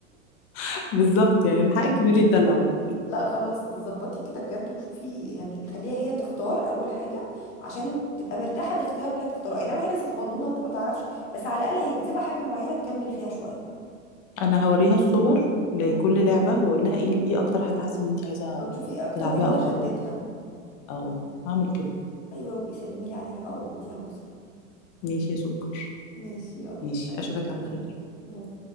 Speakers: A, on the left; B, on the left.
A: <laughs> بالظبط يعني الحق الكبير يتدلع برضه
B: لا خلاص ظبطي كده بجد وشوفي يعني خليها هي تختار اول حاجه عشان تبقى مرتاحه الاختيار اللي هتختاره اي نعم هي لسه صغنونه ممكن ما تعرفش بس على الاقل هيجذبها حاجه معينه تكمل فيها شويه
A: انا هوريها الصور لكل
B: امم
A: لعبه واقول لها ايه ايه اكتر حاجه حاسه ان انت عايزه
B: وتشوفي اكتر
A: تلعبيها
B: رياضه
A: اكتر
B: شدتها
A: اهو هعمل كده
B: ايوه وبيسلمي لي عليها بقى واديها بوسه
A: ماشي يا سكر
B: ماشي يلا
A: ماشي
B: عايزة
A: اشوفك
B: أحبه
A: على خير
B: باي